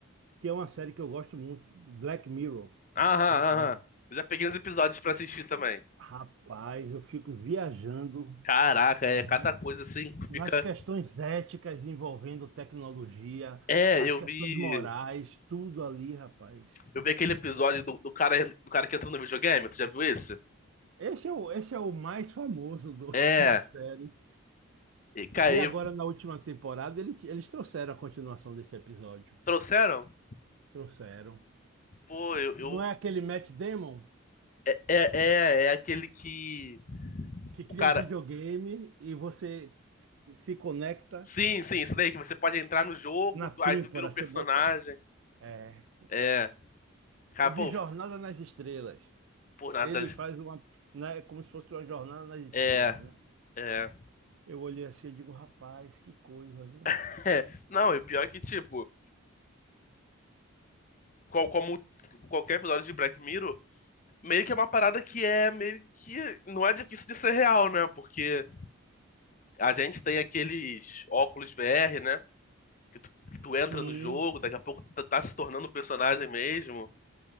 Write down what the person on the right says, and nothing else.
que é uma série que eu gosto muito, Black Mirror.
Black
Mirror.
Rapaz, eu fico viajando,
né,
nas
questões éticas envolvendo tecnologia,
as
questões
morais, tudo ali, rapaz.
Esse é o, esse é o mais famoso do-
<laughs> da série.
E
agora, na última temporada, eles, eles trouxeram a continuação desse episódio.
Trouxeram.
Não é aquele Matt Damon
que cria
um videogame e você se conecta
na têmpora,
você
bota. É,
de
Jornada nas Estrelas.
Ele
faz uma. Né, como se fosse uma jornada nas estrelas,
né?
Eu olhei assim e digo, rapaz, que coisa, viu?
Sim.